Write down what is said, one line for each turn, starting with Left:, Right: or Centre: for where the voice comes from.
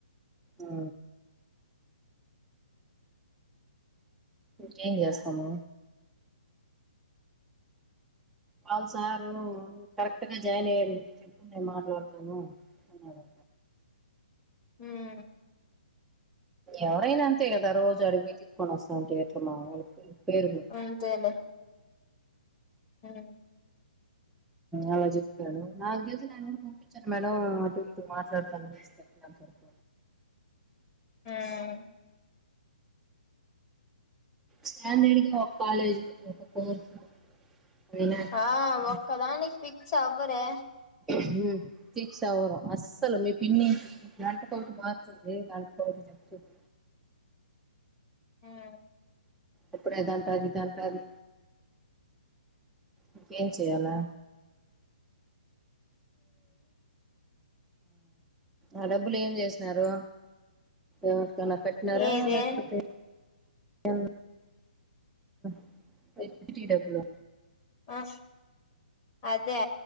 Centre: ఆ ఇంకేం జేస్తమూ వాళ్ళ సారు కరెక్ట్ గా జాయిన్ అయ్యడిగు చెప్పు నేను మాట్లాడతాను అన్నాడు
Left: హ్మ్
Centre: ఎవరైనా అంతే గదా రోజు అడికి వొయి తీసుకొని వస్తాంటే <unintelligible> మావులికే పేరు
Left: అంతేలే వ్మ్
Centre: అలా చెప్పాడు నాకు తెలిసి నాయిన కూడా పంపించాను మేడం అటు ఇటు మాట్లాడుతానికి <unintelligible>
Left: వ్మ్
Centre: స్టాండర్డ్ గా ఒక కాలేజ్ ఒక కోర్సు అయినా కరెక్ట్
Left: ఆ
Centre: గా
Left: ఒక్కదానికి ఫిక్స్ అవ్వరే
Centre: వ్మ్ ఫీక్సవ్వర్ అస్సలు మీ పిన్ని గంటకోటి మారుతుంది గంటకోటి చెప్తుంది
Left: హ్మ్
Centre: ఇప్పుడే అదంటంది ఇదంటాది ఇంకేం చేయాలా ఆ డబ్బులు ఏం చేసినారు ఎవరికన్నా కట్టినారా
Left: ఏది
Centre: లేకపోతే ఎన్ <inaudible> <inaudible> డబ్బులు
Left: ఆస్ అదా